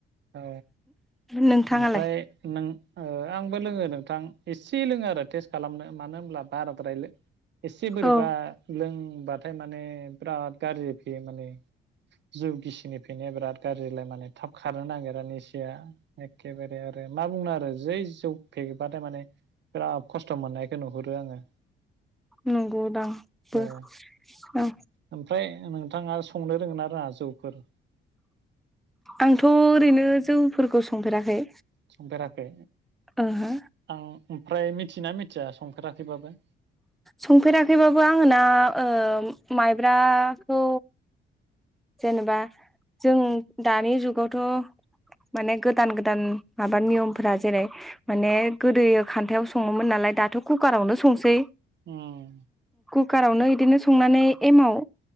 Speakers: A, on the right; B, in the centre.
A: औ।
B: नोंथाङालाय
A: ओमफ्राय नों ओ आंबो लोङो नों थां एसे लोङो आरो टेस्ट खालामनो मानो होनब्ला बाराद्रायलो एसे बोरैबा
B: औ
A: लों बुंबाथाय माने बिराद गाज्रि फैयो माने जौ गिसिनि फैनाया बिराद गाज्रिलाय माने थाब खारनो नागिरा निसाया एखेबारे आरो मा बुंनो आरो जै जौ फेबाथाय माने बिराद खस्थ' मोननायखौ नुहुरो आङो
B: नंगौ दां बो
A: औ
B: ओ।
A: ओमफ्राय नोंथाङा संनो रोंङो आरो रोंङा जौफोर?
B: आंथ' ओरैनो जौफोरखौ संफेराखै।
A: संफेराखै
B: ओहो
A: आं ओमफ्राय मिथियोना मिथिया संफेराखैबाबो?
B: संफेराखैबाबो आङो ना ओ माइब्राखौ जेनेबा जों दानि जुगावथ' माने गोदान-गोदान माबा नियमफोरा जेरै माने गोदो खान्थायाव सङोमोन नालाय दाथ' कुकारावनो संसै
A: उम
B: कुकारावनो बिदिनो संनानै एमाव